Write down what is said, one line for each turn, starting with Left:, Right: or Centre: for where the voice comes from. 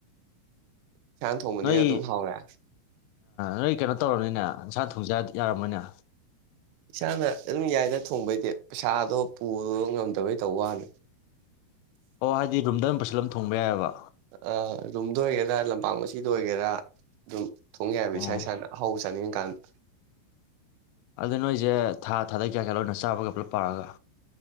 Right: ꯏꯁꯥꯅꯥ ꯊꯣꯡꯕꯅꯤꯅ
Left: ꯅꯣꯏ
Right: ꯑꯗꯨꯝ ꯍꯥꯎꯔꯦ
Left: ꯅꯣꯏ ꯀꯩꯅꯣ ꯇꯧꯔꯕꯅꯤꯅꯦ ꯅꯁꯥꯅ ꯊꯣꯡꯖꯥ ꯌꯥꯔꯝꯃꯣꯏꯅꯦ
Right: ꯏꯁꯥꯅ ꯑꯗꯨꯝ ꯌꯥꯏꯅ ꯊꯣꯡꯕꯩꯗꯤ ꯄꯩꯁꯥꯗꯣ ꯄꯨꯗꯣ ꯉꯝꯗꯕꯩ ꯇꯧꯕ ꯋꯥꯅꯤ
Left: ꯍꯣ ꯍꯥꯏꯗꯤ ꯔꯨꯝꯗ ꯐꯤꯂꯝ ꯊꯣꯡꯕ ꯌꯥꯏꯑꯦꯕ
Right: ꯑ ꯔꯨꯝꯗ ꯑꯣꯏꯒꯦꯔꯥ ꯂꯝꯄꯥꯛ ꯃꯆꯤꯗ ꯑꯣꯏꯒꯦꯔꯥ ꯑꯗꯨꯝ ꯊꯣꯡ ꯌꯥꯏꯕ
Left: ꯑꯣ
Right: ꯏꯁꯥ ꯏꯁꯥꯅ ꯍꯧꯕ ꯆꯥꯅꯤꯡꯕ ꯀꯥꯟꯗ <unintelligible>
Left: ꯑꯗꯨꯗ ꯅꯣꯏꯁꯦ ꯊꯥ ꯊꯥꯗꯩ ꯀꯌꯥ ꯀꯌꯥ ꯂꯣꯏꯅ ꯆꯥꯕꯒ ꯄꯨꯂꯞ ꯄꯥꯔꯒ